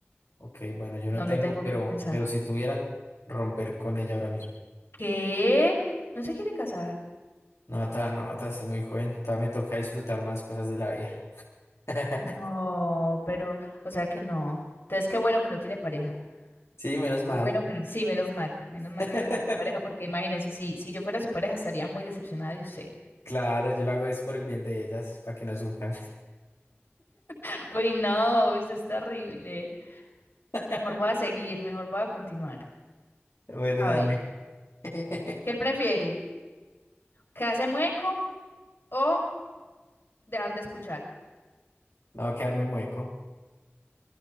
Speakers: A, on the left (about 85°); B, on the left (about 60°).
A: Ok, bueno, yo
B: No
A: no tengo,
B: lo tengo
A: pero,
B: que pensar.
A: pero si tuviera, romper con ella ahora mismo.
B: ¿Qué? ¿No se quiere casar?
A: No, ta, no, ta, soy muy joven, todavía me toca disfrutar más cosas de la vida. <laughs>
B: No, pero, o sea que no. Entonces, qué bueno que no tiene pareja.
A: Sí, menos
B: Qué
A: mal.
B: bueno que no. Sí, menos mal. Menos mal
A: <laughs>
B: que no tiene pareja, porque imagínese, si, si yo fuera su pareja, estaría muy decepcionada de usted.
A: Claro, yo lo hago es por el bien de ellas, para que no sufran.
B: <laughs> Uy, no, eso es terrible.
A: <laughs>
B: Mejor voy a seguir, mejor voy a continuar.
A: Bueno,
B: A
A: dale.
B: ver,
A: <laughs>
B: ¿qué prefiere? ¿Quedarse mueco o dejar de escuchar?
A: No va a quedarme mueco.